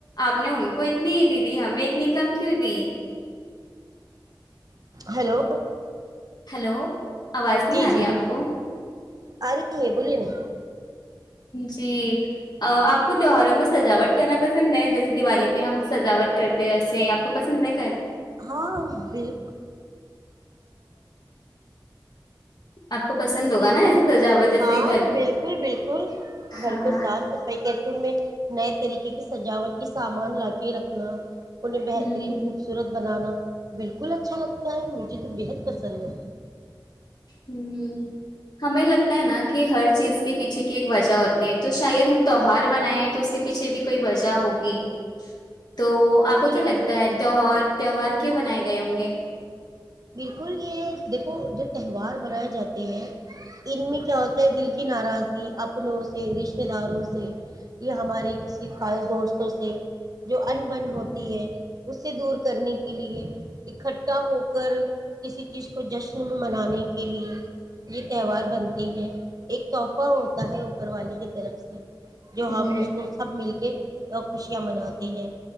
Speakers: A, on the left; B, on the right.
A: آپ نے ان کو اتنی دی دیی ہمیں اتنی کم کیوں دی
B: ہیلو
A: ہلو آواز نہیں
B: جی
A: آ
B: جی
A: رہی
B: بولیے
A: آپ کو
B: آ رہ ہے بولیے نہیں
A: جی آپ کو تیواروں میں سجاوٹ کرنا پسند ہے جیسے دیوالی پہ ہم سجاوٹ کرتے ویسے آپ کو پسند نہیں
B: ہاں بالکل
A: آپ کو پسند ہوگا
B: دیکھیے
A: نا ایسے سجاوٹ جیسے
B: ہاں
A: گھر
B: بالکل بالکل گھر
A: ہاں
B: کو صاف صفائی کرتے ان میں نئے طریقے کی سجاوٹ کے سامان لا کے رکھنا انہیں بہترین
A: ہوں
B: خوبصورت بنانا بالکل اچھا لگتا ہے مجھے تو بےحد پسند ہے
A: ہ ہمیں لگتا ہے نا کہ ہر چیز کے پیچھے کی ایک وجہ ہوتی ہے تو شاید ہم تہوار بنائے ہیں تو اس کے پیچھے بھی کوئی وجہ ہوگی تو آپ کو
B: بالکل
A: کیا لگتا
B: بالکل
A: ہے تیوار تیوہار کیوں بنائے گئے ہوں گے
B: بالکل یہ دیکھو جو تہوار بنائے جاتے ہیں ان میں کیا ہوتا ہے دل کی ناراضگی اپنوں سے رشتے داروں سے یہ ہمارے کسی خاص دوست سے جو ان بن ہوتی ہے اس سے دور کرنے کے لیے اکٹھا چٹا ہو کر کسی چیز کو جشن میں منانے کے لیے یہ تہوار بنتے ہیں ایک تحفہ ہوتا ہے اوپر والی کی طرف سے جو
A: ہ
B: ہم اس کو سب مل کے تو خوشیاں مناتے ہیں